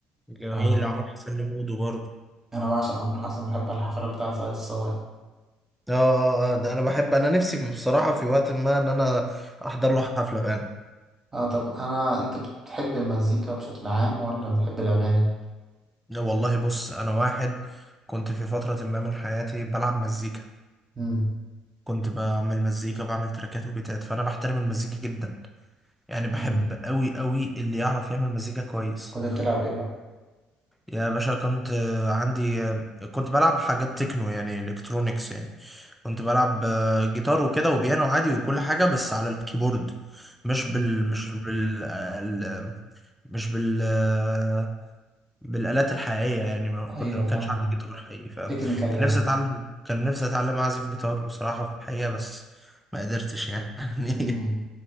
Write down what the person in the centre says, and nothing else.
جميل
عمرو حسن لمودو برضه
اه اه اه ده انا بحب انا نفسي بصراحة في وقت ما ان انا احضر له حفلة فعلا
لا والله بص انا واحد كنت في فترة ما من حياتي بلعب مزيكا
كنت بعمل مزيكا بعمل تراكات وبيتات فانا بحترم المزيكا جدا يعني بحب
قوي قوي اللي يعرف يعمل مزيكا كويس
يا باشا كنت آه، عندي آه، كنت بلعب حاجات تكنو يعني الكترونيكس يعني كنت بلعب آه، جيتار وكده وبيانو عادي وكل حاجة بس على الكيبورد مش
بال مش بال آه، ال- مش بال آه، بالآلات الحقيقية يعني ما كنا
ما
كانش عندي جيتار حقيقي فاهم
كان
نفسي اتعلم كان نفسي اتعلم اعزف جيتار بصراحة في الحقيقة بس ما قدرتش يعني <laughs>